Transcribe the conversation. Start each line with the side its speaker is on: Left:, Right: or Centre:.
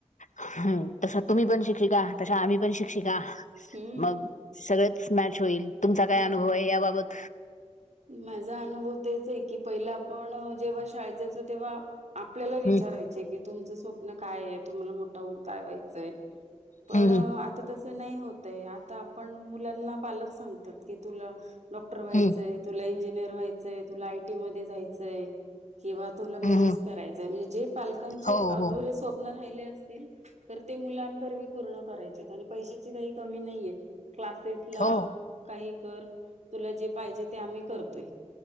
Left: हम् तसं तुम्ही पण शिक्षिका तश्या आम्ही पण शिक्षिका
Right: हम्म
Left: मग सगळे मॅच होईल तुमचा काय
Right: हम्म
Left: अनुभव आहे याबाबत.
Right: माझा अनुभव तेच आहे की पहिलं आपण जेव्हा शाळेचे तेव्हा आपल्याला विचारायचे
Left: हम्म
Right: की तुमचं स्वप्न काय तुम्हाला मोठं होऊन काय व्हायचंय. पण
Left: हम्म
Right: आता तस नाही होतय आता आपण <unintelligible> मुलांना पालक सांगतात की तुला डॉक्टर व्हायचंय.?
Left: हम्म
Right: तुला इंजिनियर व्हायचंय तुला आयटी मध्ये जायचंय.? किंवा तुला बिझनेस
Left: हम्म
Right: करायचाय म्हणजे जे पालकांचे
Left: हो
Right: अधुरे
Left: हो
Right: स्वप्न राहिले असते तर ते मुलांन वर पूर्ण करायचे आणि पैशांची काही कमी नाहीये क्लासेस लाव
Left: हो
Right: काही कर तुला जे पाहिजे ते कर. ते आम्ही करतोय